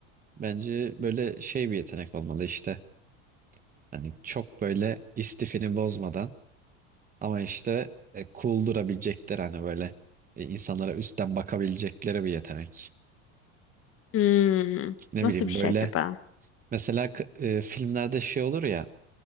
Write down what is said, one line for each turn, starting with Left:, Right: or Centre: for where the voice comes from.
Right: bence böyle şey bir yetenek olmalı işte. Hani çok böyle istifini bozmadan ama işte e, cool durabilecekler hani böyle e, insanlara üstten bakabilecekleri bir yetenek.
Left: Hmm.
Right: Ne
Left: Nasıl
Right: bileyim
Left: bir şey
Right: böyle
Left: acaba?
Right: mesela k- e, filmlerde şey olur ya